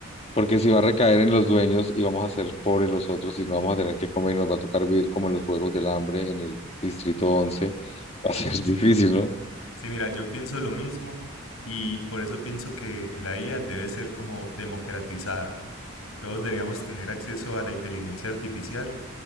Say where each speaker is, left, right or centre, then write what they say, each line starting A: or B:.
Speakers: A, on the left (about 30°); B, on the left (about 80°).
A: porque si va a recaer en los dueños y vamos a ser pobres los otros y no vamos a tener que comer y nos va a tocar vivir como en los Juegos del Hambre en el Distrito once <laughs> va a ser <laughs> difícil, ¿no?
B: Sí, mira, yo pienso lo mismo y por eso pienso que la IA debe ser como democratizada. Todos deberíamos tener acceso a la inteligencia artificial